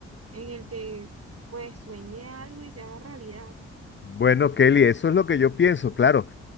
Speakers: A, on the right; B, on the left.
A: en el que pues sueñe algo y se haga realidad.
B: Bueno, Kelly, eso es lo que yo pienso, claro.